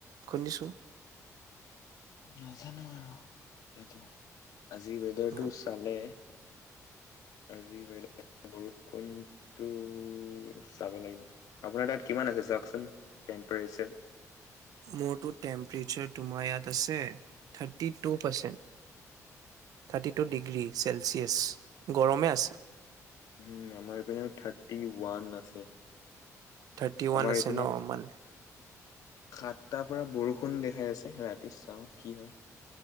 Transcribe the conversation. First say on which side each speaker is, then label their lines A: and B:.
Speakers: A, on the right (about 80°); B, on the left (about 80°).
A: শুনিছো
B: নাজানো আৰু এইটো আজি ৱেডাৰ
A: অ,
B: টো চালে আজি বাইদেউ বৰষুণটো চাব লাগিব, আপোনাৰ তাত কিমান আছে চাওঁকচোন টেম্পৰেচাৰ?
A: মোৰতো টেম্পৰেচাৰ তোমাৰ ইয়াত আছে thirty two percent thirty two degree Celsius গৰমে আছে।
B: উম, আমাৰ এইপানে থাৰ্টি ওৱান আছে।
A: থাৰ্টি ৱান
B: আমাৰ
A: আছে
B: এইপিনে
A: ন' অ', মান
B: সাতটাৰ পৰা বৰষুণ দেখাই আছে ৰাতি চাওঁ কি হয়।